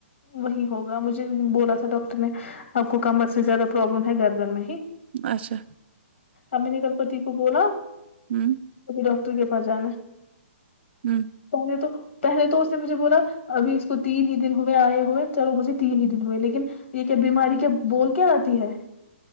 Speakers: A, on the left (about 70°); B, on the right (about 50°).
A: وہی ہوگا مجھے بولا تھا ڈاکٹر نے اپ کو کمر سے زیادہ پروابلم ہے گردن میں ہی
B: اچھا
A: امین ایکسپتی کو بولا
B: ہم
A: ابھی ڈاکٹر کے پاس جانا ہے
B: ہم
A: پہلے تو پہلے تو اس نے مجھے بولا ابھی اس کو تین ہی دن ہو ائے ہوئے چلو مجھے تین ہی دن ہوئے لیکن یہ کیا بیماری کے بول کا اتی ہے